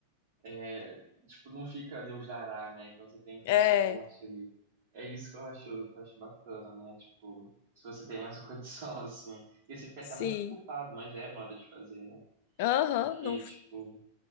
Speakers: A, on the right; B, on the left.
A: é, tipo, não fica Deus dará, né? Então você tem aquele
B: É,
A: suporte ali. É isso que eu acho, que eu acho bacana, né? Tipo, se você tem essa <laughs> condição, assim, e você fica
B: sim.
A: até mais preocupado, mais leve na hora de fazer, né?
B: Aham,
A: Porque,
B: não,
A: tipo,